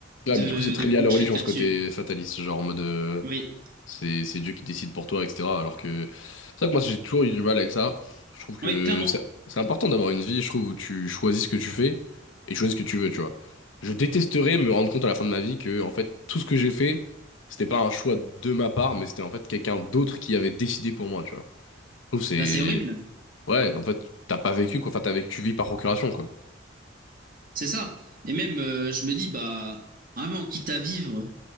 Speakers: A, on the left; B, on the right.
A: Ouais
B: de,
A: mais du coup c'est très
B: de bullshit
A: lié à la religion
B: là-dessus.
A: ce côté fataliste genre en mode euh,
B: Oui.
A: C'est c'est Dieu qui décide pour toi, etc. Alors que c'est ça que moi j'ai toujours eu du mal avec ça. Je trouve que
B: Oui, clairement.
A: c'est c'est important d'avoir une vie, je trouve, où tu choisis ce que tu fais et choisis ce que tu veux, tu vois. Je détesterais me rendre compte à la fin de ma vie que en fait tout ce que j'ai fait, c'était pas un choix de ma part, mais c'était en fait quelqu'un d'autre qui avait décidé pour moi, tu vois. Je trouve que c'est
B: Bah, c'est horrible.
A: ouais, en fait t'as pas vécu quoi, enfin t'as vécu, tu vis par procuration quoi.
B: C'est ça. Et même, euh, je me dis, bah, vraiment, quitte à vivre,